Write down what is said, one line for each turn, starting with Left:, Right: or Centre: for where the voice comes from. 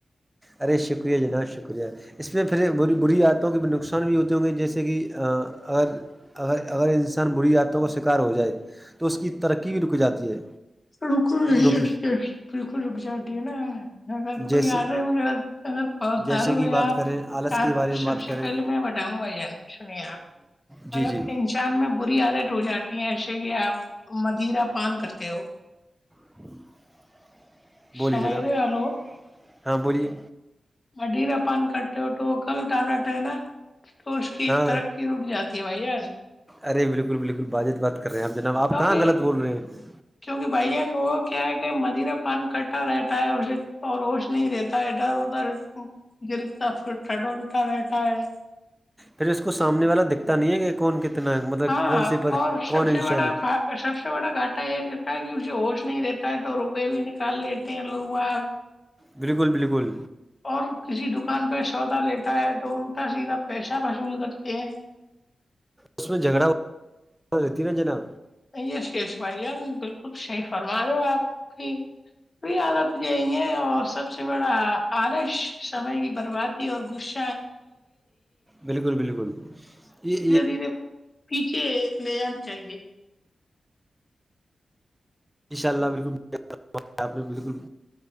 Centre: ارے شکریہ جناب شکریہ اس میں پھر بری عادتوں کے بھی نقصان بھی ہوتے ہوں گے جیسے کہ اگر اگر اگر انسان بری عاتتوں کا شکار ہو جائے تو اس کی ترقی بھی رک جاتی ہے
Left: بالکلی
Centre: رک
Left: بالکل رک جاتی ہے نا اگر کوئی
Centre: جیسے
Left: آڈر ہے مھے اگر اگر
Centre: جیسے
Left: داروں
Centre: کہ
Left: ہے
Centre: بات
Left: آپ
Centre: کریں آلس
Left: آپ
Centre: کے بارے میں
Left: سب
Centre: بات
Left: سے
Centre: کریں
Left: سے پہے میں بتاؤں گا بھائی جان سنیے آپ
Centre: جی
Left: اگر
Centre: جی
Left: انسان میں بری عادت ہو جاتی ایسے کہ آپ مدیرہ پان کرتے ہو
Centre: <inaudible> بولیے
Left: سمیرے
Centre: جناب
Left: آلو
Centre: ہاں بولیے
Left: م ڈیرا پان کٹتے ہوٹو وہ کل ڈٹاڈاٹ ہے نا تو اس کی
Centre: ہاں
Left: ترقی رک جاتی ہے بھائییا
Centre: ارے بالکل بالکل باجت بات کر رہے ہیں آپ جناب
Left: کیونکہ
Centre: آپ کہاں غلط بول رہے ہیں
Left: کیونکہ بھائی جان وہ کیا ہے کہ مدرا پان کٹا رہتا ہے اسے اور ہوش نہیں دیتا تا ادھر ادھر گرتا پھر ٹڈ الٹا لیتاا ہے
Centre: پھر اس کو سامنے والا دکھتا نہیں ہے کہ کون کتنا مطلب
Left: ہاں
Centre: کون سی پد
Left: اور
Centre: کون
Left: سب
Centre: انشان
Left: سے بڑا
Centre: ہے
Left: سب سے بڑا گانٹا یہ کہتاا کہ اسے ہوش نہیں دیتا ہے تو روپئے بھی نکال لیتے ہیں لوگ آگ
Centre: بالکل بالکل
Left: اور کسی دکان پہ سودا لیتا ہے تو ان کا سیدھا پیسہ وصول کرتے ہیں
Centre: اس میں جھگڑا ہو رہتی نا جناب
Left: یس یش بھائی جان بالکل صحیح فرما رہے ہو آپ کی بھی عادت جائیں گے اور سب سے بڑا آرش سمے کی برباد اور گش
Centre: بالکل بالکل یہ
Left: دھیرے پیچھے لے جانی چاہیے
Centre: ان شاء اللہ بالکل آپ نے بالکل